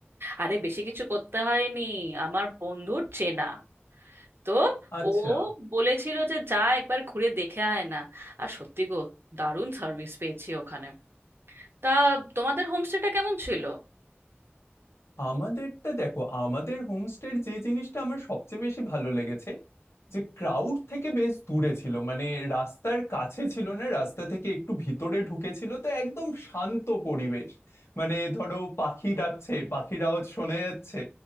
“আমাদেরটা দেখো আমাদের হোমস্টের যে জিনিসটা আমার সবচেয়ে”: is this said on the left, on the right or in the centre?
Left